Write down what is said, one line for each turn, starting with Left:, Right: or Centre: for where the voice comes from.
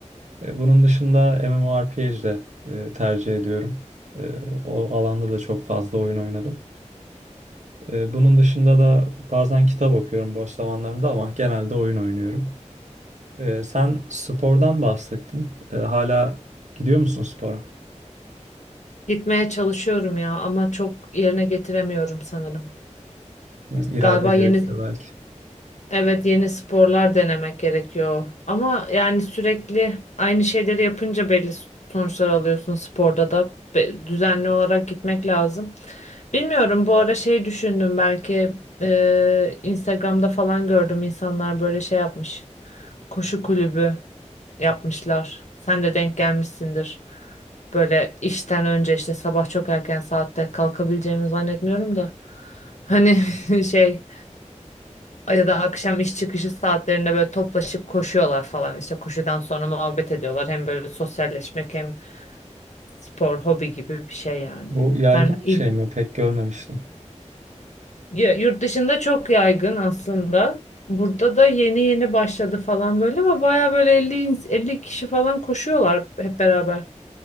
Right: E, bunun dışında MMORPG de e, tercih ediyorum. E, o alanda da çok fazla oyun oynadım. E, bunun dışında da bazen kitap okuyorum boş zamanlarımda ama genelde oyun oynuyorum. E, sen spordan bahsettin. E, hala gidiyor musun spora?
Left: Gitmeye çalışıyorum ya ama çok yerine getiremiyorum sanırım.
Right: Hı, İrade
Left: Galiba
Right: gerekiyor
Left: yeni
Right: belki.
Left: Evet yeni sporlar denemek gerekiyor. Ama yani sürekli aynı şeyleri yapınca belli sonuçlar alıyorsun sporda da. Be- düzenli olarak gitmek lazım. Bilmiyorum bu ara şey düşündüm belki e, Instagram'da falan gördüm insanlar böyle şey yapmış. Koşu kulübü yapmışlar. Sen de denk gelmişsindir. Böyle işten önce işte sabah çok erken saatte kalkabileceğimi zannetmiyorum da. Hani <laughs> şey ya da akşam iş çıkışı saatlerinde böyle toplaşıp koşuyorlar falan işte koşudan sonra muhabbet ediyorlar hem böyle sosyalleşmek hem spor hobi gibi bir şey yani.
Right: Bu yaygın
Left: Sen il,
Right: bir şey mi? Pek görmemiştim.
Left: ya- yurt dışında çok yaygın aslında. Burada da yeni yeni başladı falan böyle ama baya böyle elli ins- 50 kişi falan koşuyorlar hep beraber.